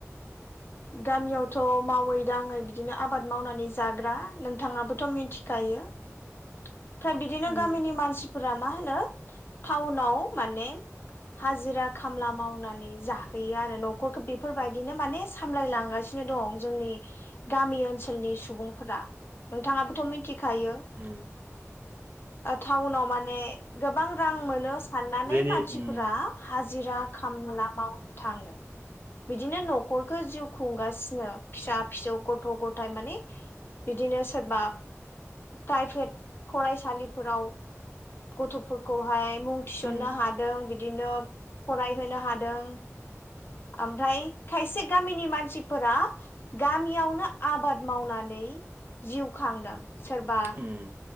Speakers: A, on the left (about 45°); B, on the right (about 40°).
A: गामियावथ' मावै दाङै बिदिनो आबाद मावनानै जाग्रा नोंथांङाबोथ' मिथिखायो।
B: <inaudible>
A: ओमफ्राय बिदिनो
B: उम
A: गामिनि मानसिफोरा मा होनो टाउनाव माने हाजिरा खामला मावनानै जाहैयो आरो न'खरखौ बेफोरबायदिनो माने सामलायलांगासिनो दं जोंनि गामि ओनसोलनि सुबुंफोरा। नोंथांङाबोथ' मिथिखायो
B: उम
A: टाउनाव माने गोबां रां मोनो साननानै
B: जोंनि
A: मानसिफोरा
B: उम
A: हाजिरा खला माव थांङो बिदिनो नो न' न'खरखौ जिउ खुंगासिनो फिसा फिसौ गथ' गथाय माने बिदिनो सोरबा प्राइभेट फरायसालिफोराव गथ'फोरखौहाय मुं थिसननो
B: उम
A: हादों बिदिनो फरायहोनो हादों। ओमफ्राय खायसे गामिनि मानसिफोरा गामियावनो आबाद मावनानै जिउ खांदों सोरबा
B: उम